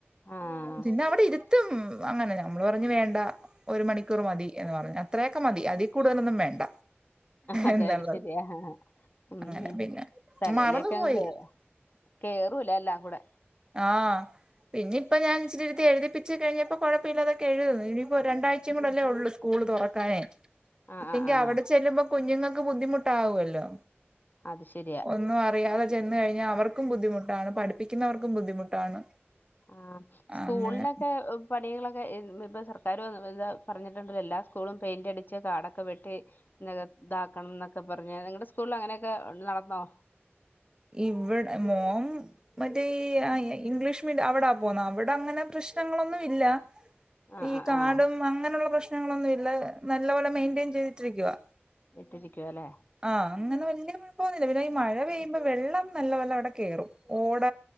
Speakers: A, on the left; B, on the right.
A: ആഹ്
B: പിന്നെ അവിടെ ഇരുത്തും അങ്ങനെ നമ്മള് പറഞ് വേണ്ട ഒരു മണിക്കൂർ മതി എന്ന് പറഞ്ഞ ഇത്രയൊക്കെ മതി, അതീ കൂടുതലൊന്നും വേണ്ട.
A: അതെ,
B: എന്നുള്ളത്
A: അതെ ശെരിയാ, ആഹ്, ആഹ് ഉം
B: അങ്ങനെ
A: ഉം
B: പിന്നെ
A: തലയിലേക്കങ്ങ്
B: മറന്നു പോയി
A: കേറാ കേറൂല എല്ലാം കൂടെ.
B: ആഹ്, പിന്നെ ഇപ്പം ഞാൻ ഇച്ചിരി ഇരുത്തി എഴുതിപ്പിച്ച് കഴിഞ്ഞപ്പോ കൊഴപ്പ ഇല്ലാതെക്കെ എഴുതുന്നു. ഇനിയിപ്പോ രണ്ടാഴ്ചയും കൂടെല്ലേ ഒള്ളൂ സ്കൂള് തുറക്കാനേ
A: ആഹ്
B: ഇല്ലെങ്കി
A: ആഹ് ആഹ്
B: അവടെ ചെല്ലുമ്പോ കുഞ്ഞുങ്ങക്ക് ബുദ്ധിമുട്ടാവൊല്ലോ.
A: അത് ശരിയാ
B: ഒന്നും അറിയാതെ ചെന്ന് കഴിഞ്ഞാ അവർക്കും ബുദ്ധിമുട്ടാണ് പഠിപ്പിയ്ക്കുന്നവർക്കും ബുദ്ധിമുട്ടാണ്.
A: ആഹ്, സ്കൂൾനൊക്കെ
B: അങ്ങനെ
A: ഉം പണികളൊക്കെ ഇ ഇപ്പൊ സർക്കാര് താ പറഞ്ഞിട്ടുണ്ടല്ലോ എല്ലാ സ്കൂളും പെയിൻ്റടിച്ച് കാടൊക്കെ വെട്ടി ഇതാക്കണം ന്നൊക്കെ പറഞ് നിങ്ങൾടെ സ്കൂളിൽ അങ്ങനെയൊക്കെ നടന്നോ
B: ഇവിടെ മോം മറ്റേ ഈ ആ ഇ ഇംഗ്ലീഷ് മീഡി അവടാ പോന്ന അവടങ്ങനെ പ്രശ്നങ്ങളൊന്നും ഇല്ലാ
A: ആഹ്
B: ഈ
A: ആഹ്
B: കാടും
A: ആഹ്
B: അങ്ങനെള്ള പ്രശ്നങ്ങളൊന്നുഇല്ല നല്ല പോലെ മെയിൻ്റെയിൻ ചെയ്തിട്ടിരിക്കുവാ.
A: ഇട്ടിരിക്കുവ അല്ലേ
B: ആഹ്, അങ്ങനെ വല്യയ കുഴപ്പൊന്നുല്ല പിന്നെ ഈ മഴ പെയ് മ്പം വെള്ളം നല്ല പോലെ അവടെ കേറും. ഓട